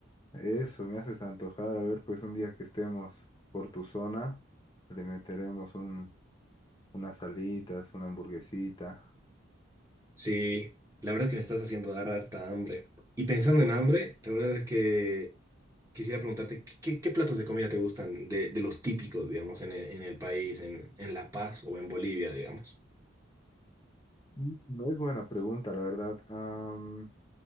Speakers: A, on the left; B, on the right.
A: eso, me haces antojar. A ver, pues un día que estemos por tu zona, le meteremos un, unas alitas, una hamburguesita.
B: Sí, la verdad es que me estás haciendo dar harta hambre. Y pensando en hambre, la verdad es que quisiera preguntarte, ¿qué, qué- qué platos de comida te gustan de, de los típicos, digamos, en el, en el país, en, en La Paz o en Bolivia, digamos?
A: No es buena pregunta, la verdad. Am,